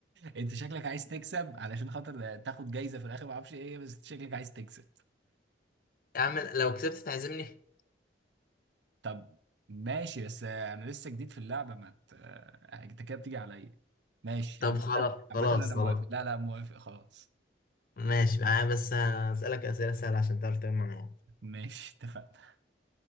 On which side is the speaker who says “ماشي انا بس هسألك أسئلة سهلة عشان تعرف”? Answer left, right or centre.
Left